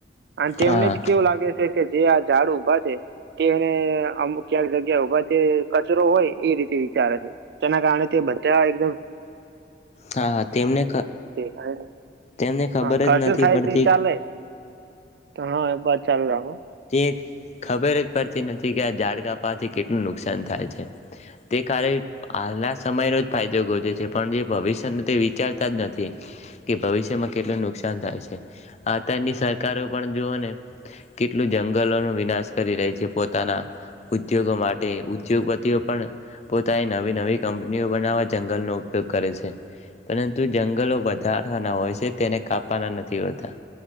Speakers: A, on the right; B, on the left.
A: અને તેમને
B: હા
A: જ કેવું લાગે છે કે જે આ ઝાડ ઊભા છે તેને અમુક ક્યાંક જગ્યા ઉભા તે કચરો હોય એ રીતે વિચારે છે તેના કારણે તે બધા હમ
B: હા હા તેમને
A: હાય
B: તેમને ખબર
A: હા ખર્ચો
B: જ નથી
A: થાય
B: પડતી
A: ત ચાલે તો હા બસ ચાલુ રાખો
B: તે ખબર જ પડતી નથી કે આ ઝાડ કાપવાથી કેટલું નુકસાન થાય છે તે કારણે હાલના સમયનો જ ફાયદો ગોતે છે પણ જે ભવિષ્યને તે વિચારતા જ નથી કે ભવિષ્યમાં કેટલું નુકસાન થાય છે આત્યારની સરકારો પણ જુઓ ને કેટલું જંગલોનો વિનાશ કરી રહી છે પોતાના ઉદ્યોગો માટે ઉદ્યોગપતિઓ પણ પોતાએ નવી નવી કંપનીઓ બનાવવા જંગલનો ઉપયોગ કરે છે પરંતુ જંગલો કાઢવાનાહોય છે તેને કાપવાના નથી હોતા